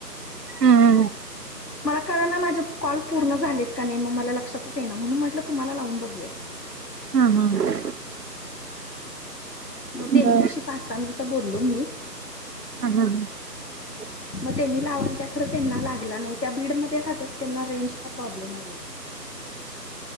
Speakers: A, on the right (about 70°); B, on the left (about 75°).
A: हम्म
B: मला कळ ना माझ कॉल पूर्ण झालेत का नाही मग मला लक्षातच ये ना म्हणून म्हटलं तुम्हाला लावून बघूया
A: हम्म हा हा
B: मग त्यांच्याशी
A: बर
B: पाचहा सहा मिनटं बोललो मी
A: हम हम ह
B: मग त्यांनी लावाला त्या खर त्यांना लागला नाही त्या बीड म राहात त्यांना रेंजचा प्रॉब्लेम आलाय